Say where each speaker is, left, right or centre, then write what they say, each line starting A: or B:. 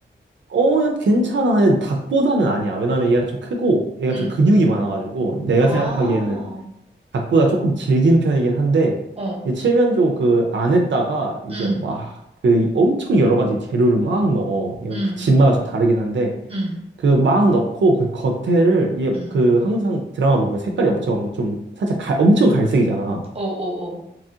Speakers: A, on the right; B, on the right.
A: 어, 그냥 괜찮아. 근데 닭보다는 아니야. 왜냐면 얘가 좀 크고, 얘가
B: 응.
A: 좀 근육이 많아가지고, 내가
B: 아,
A: 생각하기에는 닭보다 조금 질긴 편이긴 한데,
B: 어,
A: 이 칠면조 그 안에다가 이제
B: 응,
A: 막 그 엄청 여러 가지 재료를 막 넣어. 이건
B: 응,
A: 그 집마다 좀 다르긴 한데,
B: 응,
A: 그 막 넣고 그 겉에를 얘
B: 응.
A: 그 항상 드라마 보면 색깔이 엄청 좀 살짝 갈- 엄청 갈색이잖아.
B: 어, 어, 어.